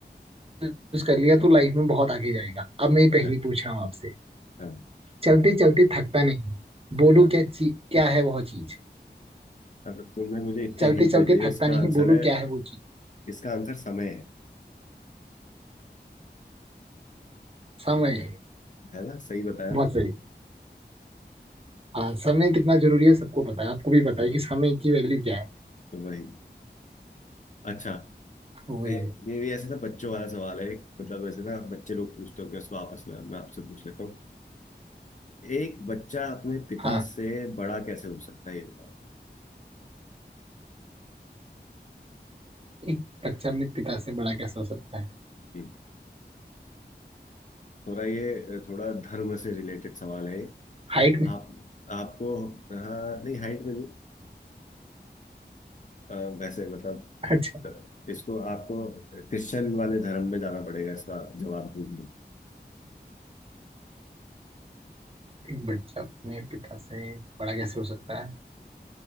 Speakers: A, on the right; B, on the left.
A: यूज कर लिया तो लाइफ में बहुत आगे जाएगा अब मैं ये पहली
B: हाँ
A: पूछ रहा हूँ आपसे
B: हाँ
A: चलते चलते थकता नहीं बोलो
B: हाँ।
A: क्या चीज क्या है वह चीज
B: अगर तुमने मुझे इतने
A: चलते
B: हिंट
A: चलते
B: दे दिए
A: थकता
B: इसका
A: नहीं
B: आंसर
A: बोलो
B: है
A: क्या है वो चीज
B: इसका आंसर समय है
A: समय
B: है ना सही बताया
A: बहुत
B: ना
A: सही हाँ समय कितना जरूरी है सबको पता है आपको भी पता
B: हाँ
A: है कि समय की वैल्यू क्या है
B: वही अच्छा
A: वही
B: ए, ये भी ऐसे ना बच्चों वाला सवाल है एक मतलब ऐसे ना बच्चे लोग पूछते हो कि उसको आपस में मैं आपसे पूछ लेता हूँ एक बच्चा अपने पिता
A: हाँ
B: से बड़ा कैसे हो सकता है ये बताओ
A: एक बच्चा अपने पिता से बड़ा कैसे हो सकता है
B: हम्म। थोड़ा ये थोड़ा धर्म से रिलेटेड सवाल है
A: हाइट में
B: आप आपको हाँ नहीं हाइट में नहीं अ, वैसे मतलब
A: अच्छा
B: अ, इसको आपको क्रिश्चियन वाले धर्म में जाना पड़ेगा इसका जवाब ढूंढने
A: एक बच्चा अपने पिता से बड़ा कैसे हो सकता है